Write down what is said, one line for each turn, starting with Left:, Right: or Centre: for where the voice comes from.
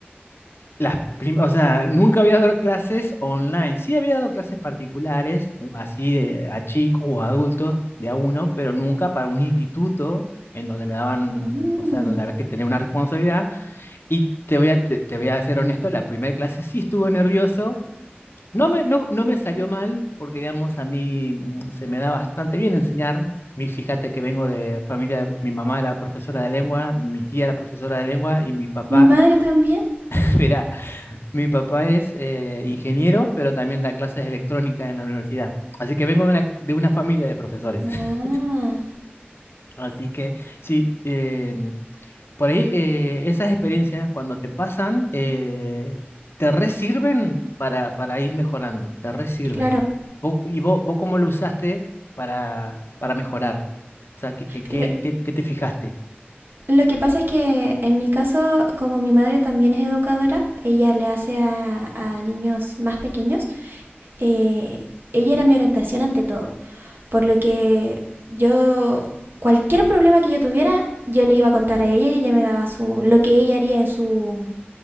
Left: las prim- o sea, nunca había dado clases online, sí había dado clases particulares, u- así de, a chicos o adultos, de a uno, pero nunca para un instituto en donde me daban,
Right: Mm.
Left: o sea, donde había que tener una responsabilidad y te voy a, te te voy a ser honesto, la primera clase sí estuve nervioso no me, no, no me salió mal, porque digamos, a mí mm, se me da bastante bien enseñar. Mi, fíjate que vengo de familia, mi mamá era profesora de lengua, mi tía era profesora de lengua y mi papá,
Right: Mi madre también.
Left: <laughs> era, mi papá es eh, ingeniero, pero también da clases de electrónica en la universidad. Así que vengo de una, de una familia de profesores.
Right: Guau.
Left: <laughs> Así que sí, eh, Por ahí eh, esas experiencias cuando te pasan, eh, te resirven para, para ir mejorando, te resirven.
Right: Claro.
Left: Vo- ¿Y vos, vos cómo lo usaste para, para mejorar? O sea, ¿qué, qué, qué-
Right: Lo-
Left: qué te fijaste?
Right: Lo que pasa es que en mi caso, como mi madre también es educadora, ella le hace a, a niños más pequeños, eh, ella era mi orientación ante todo, por lo que yo, cualquier problema que yo tuviera, yo le iba a contar a ella y ella me daba su, lo que ella haría en su,